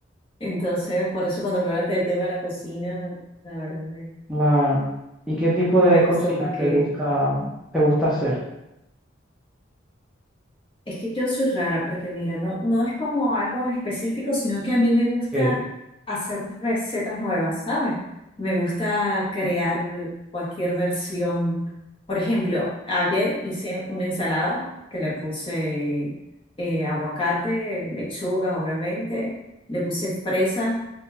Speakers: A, on the left; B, in the centre.
A: Entonces, por eso cuando me hablaste del tema de la cocina, la verdad me,
B: claro. ¿Y qué tipo de
A: me
B: cocina
A: gustó porque
B: te gusta, te gusta hacer?
A: Es que yo soy rara porque mira, no, no es como algo en específico, sino que a mí me gusta
B: Ok,
A: hacer recetas nuevas, ¿sabes? Me gusta crear cualquier versión. Por ejemplo, ayer hice una ensalada que le puse eh, aguacate, lechugas, obviamente, le puse fresas,